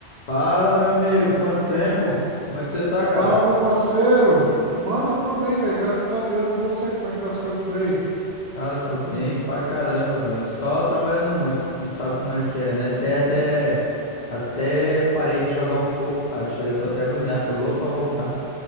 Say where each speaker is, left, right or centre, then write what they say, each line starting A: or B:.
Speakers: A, on the left; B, on the right.
A: Fala, meu amigo, quanto tempo? Como é que você tá, cara?
B: Fala, meu parceiro. Mano, eu tô bem, velho, graças a Deus. E você, como é que tá as coisas por aí?
A: Cara, tô bem pra caramba, velho. Só trabalhando muito, como sabe como é que é, né? Até, até, até parei de jogar um pouco, cara. Chega, eu tô até agoniado, tô louco pra voltar.